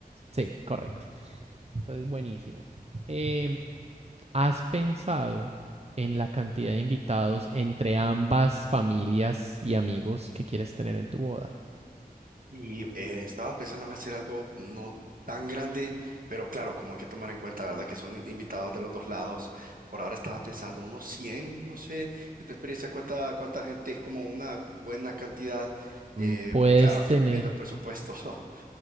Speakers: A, on the right; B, on the right.
A: Sí, correcto. Entonces, buenísimo. Em, ¿has pensado en la cantidad de invitados entre ambas familias y amigos que quieres tener en tu boda?
B: Y eh, estaba pensando en hacer algo no tan grande, pero claro, como hay que tomar en cuenta, ¿verdad? Que son in- invitados de los dos lados. Por ahora estaba pensando unos 100, no sé, de tu experiencia, cuánta, cuánta gente es como una buena cantidad,
A: Mm,
B: eh,
A: Puedes
B: porque claro,
A: tener,
B: también viendo el presupuesto. <laughs>